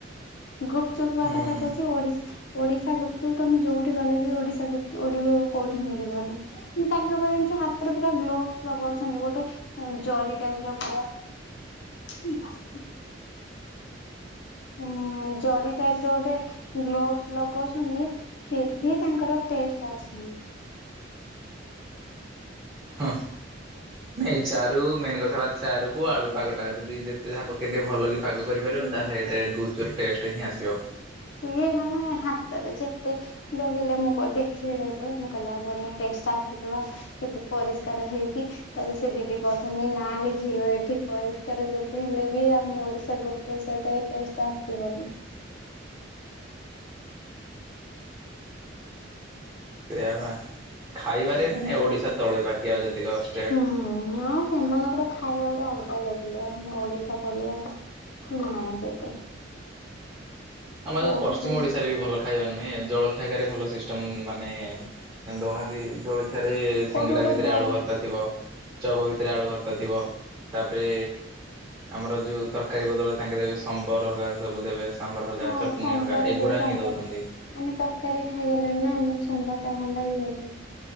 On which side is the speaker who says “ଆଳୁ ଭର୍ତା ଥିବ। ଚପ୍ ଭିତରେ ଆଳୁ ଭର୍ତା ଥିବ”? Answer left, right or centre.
Right